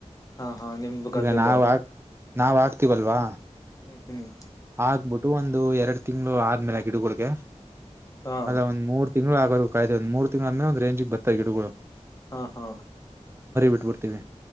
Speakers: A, on the left; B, on the right.
A: ಹಾ ಹಾ ನಿಮ ಗದ್ದೆಲ್ಲ
B: ಈಗ ನಾವ್ ಹಾಕ್ ನಾವ್ ಆಗ್ತಿವಲ್ವಾ
A: ಹ್ಮ್ ಹ್ಮ್
B: ಆಗ್ಬಿಟ್ಟು ಒಂದು ಎರಡ್ ತಿಂಗ್ಳ ಆದ್ಮೇಲೆ ಗಿಡಗುಡ್ಗೆ
A: ಹಾ
B: ಅಲ್ಲ ಒಂದ ಮೂರು ತಿಂಗಳು ಆಗೋಬೇಕ ಕಾಯ್ತೆ ಒಂದ ಮೂರ್ ತಿಂಗ್ಗಳ ಆೆ ಒಂದ್ ರೇಂಜಿಗ್ ಬತ್ತತ ಗಿಡಗಳು
A: ಹಾ ಹಾ
B: ಬಿಬರ್ತೀವಿ